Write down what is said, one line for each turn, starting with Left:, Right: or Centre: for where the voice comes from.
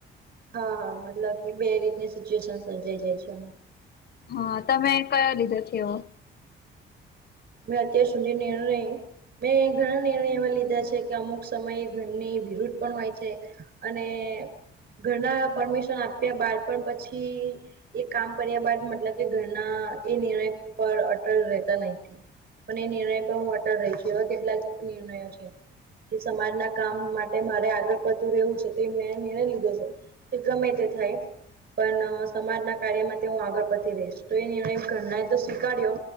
Right: હા હા મતલબ કે બે રીતની સિચ્યુએશન સર્જાઈ જાય છે.
Left: હા તમે કયો લીધો છેવો.
Right: મેં અત્યાર સુધી નેણ નહી. મેં ઘણા નિર્ણય એવા લીધા છે કે અમુક સમયે ઘરની વિરુદ્ધ પણ હોય છે. અને ઘરના પરમિશન આપ્યા બાર પણ પછી. એ કામ કર્યા બાદ મતલબ કે ઘરણા એ નિર્ણય પર અટલ રહેતા નથી હ. પણ એ નિર્ણય પર હું અટલ રહી છું એવા કેટલાક નિર્ણયો છે. કે સમાજના કામ માટે મારે આગળ પતું રહેવું છે તે મેં નિર્ણય લીધો છે. તે ગમે તે થાય. પણ સમાજના કાર્યમાં તે હું આગળ પડતી રહીશ તો એ નિર્ણય ઘરના એ તો સ્વીકારડ્યો.